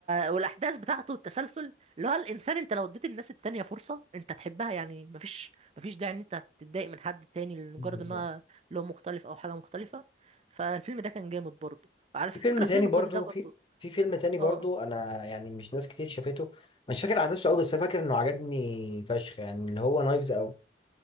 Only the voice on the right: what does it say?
والاحداث بتاعته التسلسل اللي هو الانسان انت لو اديت الناس التانية فرصه انت تحبها يعني مفيش مفيش داعي ان انت تتضايق من حد تاني لمجرد
ان هو لون مختلف او حاجه مختلفه فالفيلم ده كان جامد برضه وعلى فكره
فيلم
كواد ده برضه
اه